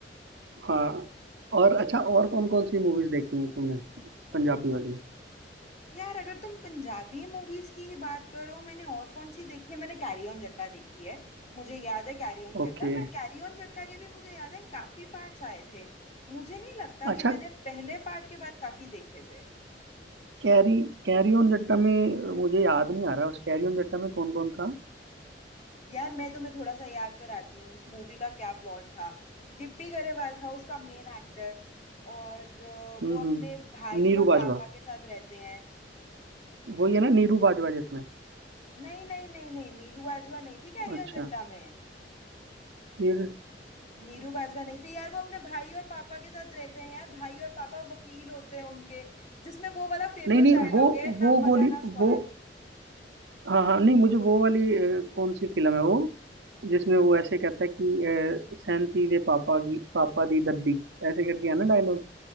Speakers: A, on the right; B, on the left.
A: हाँ और अच्छा और कौन कौन सी मूवीज देखी हैं तुमने पंजाबी वाली
B: यार अगर तुम पंजाबी मूवीज की ही बात करो मैंने और कौन सी देखी है मैंने कैरी ऑन जट्टा देखी है मुझे याद है कैरी ऑन जट्टा
A: ओके
B: पर कैरी ऑन जट्टा के भी मुझे याद है काफी पार्ट्स आए थे मुझे नहीं लगता
A: अच्छा
B: कि मैंने पहले पार्ट के बाद काफी देखे थे
A: कैरी कैरी ऑन जट्टा में अ, मुझे याद नहीं आ रहा उस कैरी ऑन जट्टा में कौन कौन था
B: यार मैं तुम्हें थोड़ा सा याद कराती हूँ उस मूवी का क्या प्लॉट था गिप्पी गरेवाल था उसका मेन एक्टर और अ,
A: हम्म
B: वो
A: हम्म
B: अपने भाई
A: नीरू
B: और
A: बाजवा
B: पापा के साथ रहते हैं
A: वो ये ना नीरू बाजवा जिसमें
B: नहीं नहीं नहीं नहीं नीरू बाजवा नहीं थी कैरी
A: अच्छा
B: ऑन जट्टा में
A: फिर
B: नीरू बाजवा नहीं थे यार वो अपने भाई और पापा के साथ रहते हैं यार भाई और पापा वकील होते हैं उनके जिसमें वो वाला फेमस
A: नहीं नहीं
B: डायलॉग
A: वो
B: है ना
A: वो
B: मजा
A: गोली
B: ना स्वाद
A: वो हाँ हाँ नहीं मुझे वो वाली अ, कौन सी फिल्म है वो जिसमें वो ऐसे कहता है कि अ, सैंती दे पापा की पापा दी दद्दी ऐसे करके है ना डायलॉग